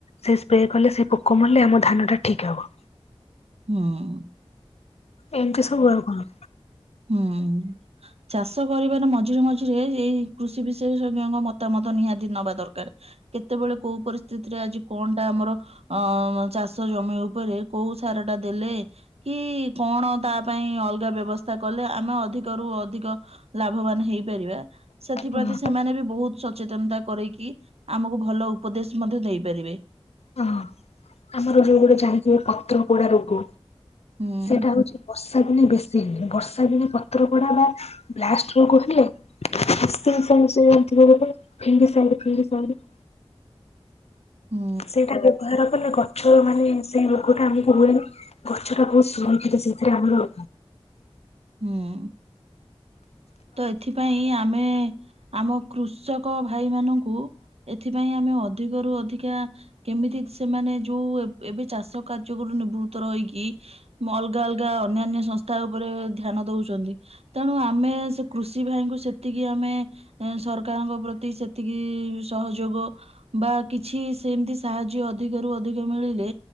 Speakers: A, on the left; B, on the right.
A: ସେ ସ୍ପ୍ରେ କଲେ। ସେ ପୋକ ମାଲେ। ଆମ ଧାନଟା ଠିକ ହବ।
B: ହଁ।
A: ଏମିତି ସବୁ ଆଉ କଣ?
B: ହୁଁ। ଚାଷ କରିବାର ମଝିରେ ମଝିରେ। ଏଇ କୃଷି ବିଶେଷଜ୍ଞଙ୍କ ମତାମତ, ନିହାତି ନବା ଦରକାର। କେତେବେଳେ କୋଉ ପରିସ୍ଥିତିରେ, ଆଜି କଣଟା ଆମର ଅ ଚାଷ ଜମି ଉପରେ, କୋଉ ସାର ଟା ଦେଲେ କି କଣ ତା ପାଇଁ ଅଲଗା ବ୍ୟବସ୍ଥା। କଲେ। ଆମେ ଅଧିକରୁୁ ଅଧିକ, ଲାଭବାନ ହେଇପାରିବା। ସେଥିପ୍ରତି,
A: ହଁ।
B: ସେମାନେ ବି ବହୁତ ସଚେତନତା କରେକି। ଆମକୁ ଭଲ ଉପଦେଶ ମଧ୍ୟ ଦେଇପାରିବେ।
A: ହଁ। ଆମର ଯୋଉ ଗୋଟେ ଜାଣିଥିବ, ପତ୍ର ପୋଡା ରୋଗ।
B: ହୁଁ
A: ସେଇଟା ହଉଛି ବର୍ଷା ଦିନେ ବେଶୀ। ହେ ବର୍ଷା ଦିନ ପତ୍ର କଡା ବା ବ୍ଲାଷ୍ଟ ରୋଗ ହେଲେ। <unintelligible>
B: ହୁଁ
A: ସେଇଟା ବ୍ୟବହାର କଲେ, ଗଛ ମାନେ ସେଇ ରୋଗ ଟା ଆମକୁ ହୁଏନି। ଗଛଟା ବହୁତ ସୁରକ୍ଷିତ ସେଇଥିରେ ଆମର
B: ହୁଁ। ତ ଏଥିପାଇଁ ଆମେ ଆମ କୃଷକ ଭାଇ ମାନଙ୍କୁ, ଏଥିପାଇଁ ଆମେ ଅଧିକରୁୁ ଅଧିକା କେମିତି ସେମାନେ ଯୋଉ, ଏବେ ଚାଷ କାର୍ଯ୍ୟରୁ ନିବୃତ୍ତ ରହିକି। ମୁଁ ଅଲଗା ଅଲଗା। ଅନ୍ୟାନ୍ୟ ସଂସ୍ଥା ଉପରେ ଧ୍ୟାନ ଦଉଛନ୍ତି। ତେଣୁ ଆମେ ସେ କୃଷି ଭାଇଙ୍କୁ, ସେତିକି ଆମେ ଏ ସରକାରଙ୍କ ପ୍ରତି, ସେତିକି ସହଯୋଗ। ବା କିଛି ସେମତି ସାହାଯ୍ୟ, ଅଧିକରୁୁ ଅଧିକ ମିଳିଲେ।